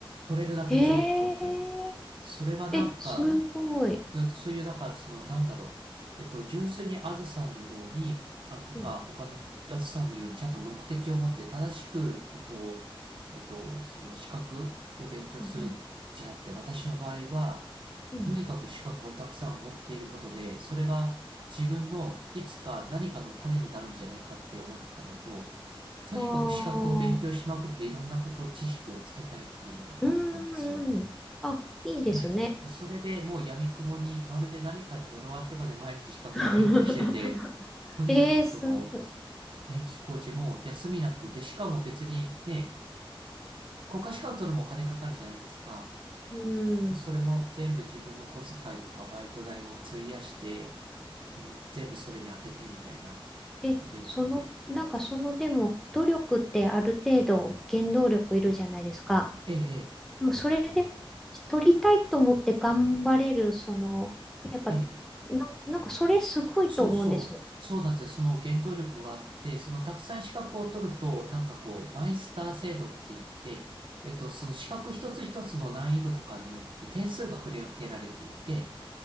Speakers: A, on the right (about 60°); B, in the centre.
A: 取れるだけ全部取ってやる。
B: い。へえ
A: それがなんか、
B: ー、え、すごい。
A: だそういう、だから、その、なんだろう。えっと、純粋にあずさんのように、あ、とか、
B: うん、
A: 他のあずさんのように、ちゃんと目的を持って、正しく、えっと、えっと、その資格を勉強するじゃなくて、
B: うん、
A: 私の場合は、
B: うん。うん
A: とにかく資格をたくさん持っていることで、それが自分のいつか何かの種になるんじゃないかって思ってたのと、とにかく資格を勉強しまくっていろんなこと、
B: ああ、
A: 知識をつけたいっていうのがあったんですよ。
B: うん、うん。あ、いいですね。
A: ええ、でそれでもう闇雲に、まるで何かに呪われてかで毎日資格の勉強してて、
B: <laughs>
A: とにかくその、
B: えー、すごい。
A: 電気工事も休みなくて、しかも別にね、国家資格取るのもお金かかるじゃないですか。
B: うん。
A: でそれも全部自分の小遣いとかバイト代を費やして、その、全部それに当ててみたいな
B: え、
A: ことやって。
B: その、なんかそのでも努力ってある程度原動力いるじゃないですか。
A: ええ、
B: でもそれで取りたいと思って頑張れる、その、やっぱ、
A: ええ、ええ
B: な、なんかそれすごいと思うんですよ。
A: そうそう、そうなんですよ。その原動力があって、そのたくさん資格を取ると、なんかこう、マイスター制度って言って、えっと、その資格一つ一つの難易度とかによって点数が振り分けられていて、